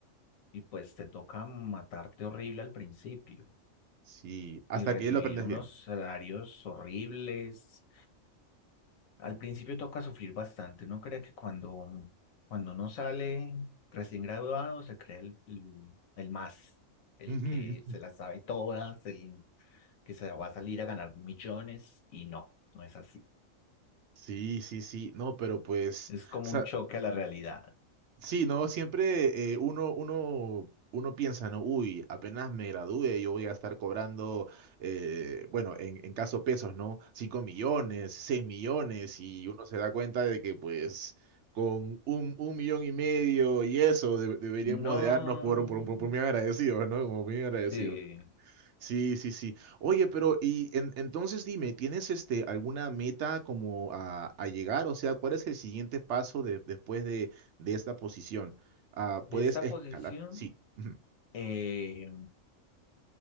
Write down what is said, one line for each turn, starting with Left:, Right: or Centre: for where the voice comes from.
Left: y pues te toca matarte horrible al principio
Right: Sí, hasta
Left: y recibir
Right: que ya lo aprendes
Left: unos
Right: bien.
Left: salarios horribles. Al principio toca sufrir bastante. Uno cree que cuando, cuando uno sale recién graduado se cree el, el, el más, el
Right: Ujú.
Left: que se las sabe todas, el que se va a salir a ganar millones y no, no es así.
Right: Sí, sí, sí, no, pero pues,
Left: Es como
Right: o sea,
Left: un choque a la realidad.
Right: sí, no, siempre eh, uno, uno, uno piensa, no, uy, apenas me gradúe, yo voy a estar cobrando, eh, bueno, en, en caso pesos, ¿no? cinco millones, 6 millones, y uno se da cuenta de que pues con un, un millón y medio y eso de- deberíamos
Left: No,
Right: de darnos por, por, por, por bien agradecidos, ¿no? Como bien agradecidos.
Left: sí.
Right: Sí, sí, sí. Oye, pero y en- entonces dime, ¿tienes este alguna meta como a, a llegar? O sea, ¿cuál es el siguiente paso de- después de, de esta posición? Ah,
Left: De
Right: ¿puedes
Left: esta
Right: escalar?
Left: posición,
Right: Sí. Ujú,
Left: eh,